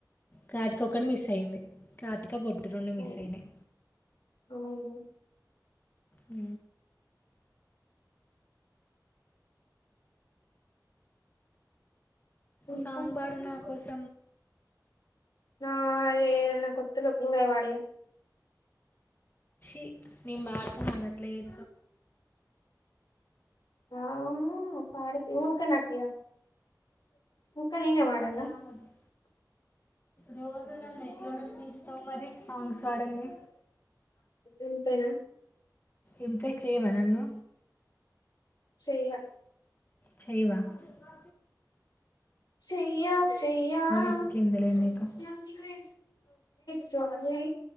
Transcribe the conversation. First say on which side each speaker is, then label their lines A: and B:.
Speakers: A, on the left; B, on the left.
A: కాటికొక్కటి మిస్ అయింది కాటి ఇంకా బొట్టు రెండు మిస్
B: అయ్
A: అయినాయి
B: అవును
A: ఆ
B: ఇంకా
A: సాంగ్ బాడు నా కోసం
B: నా ఏన్న కొతులు ఉే వాడి
A: ి నిార్త నా గట్లే ఇ
B: ఆ పాడ ఊక నాక అక్క నేనే పడాలనా
A: రావండి రోజు ననిపిించస్తాం మరి స సాంగ్స్ పాడంది
B: ఇంతేనా
A: ఇంప్రెస్ చేయవా నన్ను
B: చెయ్య
A: చేయవా మా
B: చెయ్య చెయ్య
A: ఎక్కిందిలే
B: సువ్వి
A: నీకు
B: సువ్వి